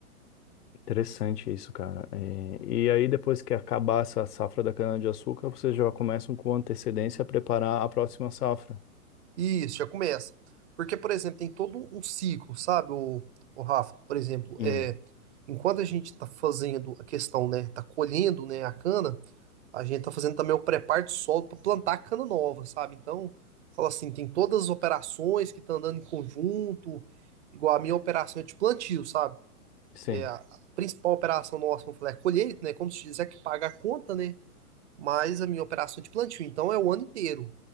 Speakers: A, on the left (about 80°); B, on the right (about 45°).
A: Interessante isso, cara. E, e aí, depois que acabar essa safra da cana-de-açúcar, vocês já começam com antecedência a preparar a próxima safra.
B: Isso, já começa. Porque, por exemplo, tem todo um ciclo, sabe, o, o Rafa? Por exemplo,
A: Hum.
B: é, enquanto a gente está fazendo a questão, né, tá colhendo, né, a cana, a gente tá fazendo também o preparo de solo para plantar a cana nova, sabe? Então, fala assim, tem todas as operações que estão andando em conjunto, igual a minha operação é de plantio, sabe?
A: Sim,
B: É, a a principal operação nossa, vamos falar, é a colheita, né? Como se diz, é que paga a conta, né? Mas a minha operação é de plantio, então é o ano inteiro.